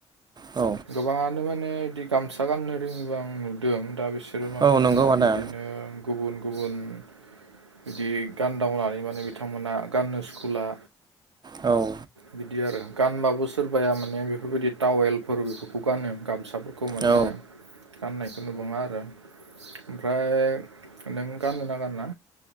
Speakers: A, on the right (about 30°); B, on the right (about 85°).
A: औ
B: गोबाङानो माने बिदि गामसा गाननो रोङैबां आं नुदों दा बिसो बिसोरो माने
A: औ नंगौ आदा
B: बिदिनो गुबुन-गुबुन बिदि गानदावनानै माने बिथांमोना गाननो सुखुला।
A: औ
B: बिदि आरो गानबाबो सोरबाया माने बेफोरबायदि टावेलफोर बेफोरखौ गानो गामसाफोर खौ माने
A: औ
B: गाननायखौ नुबांङा आरो ओमफ्राय नों गाननो ना गाना।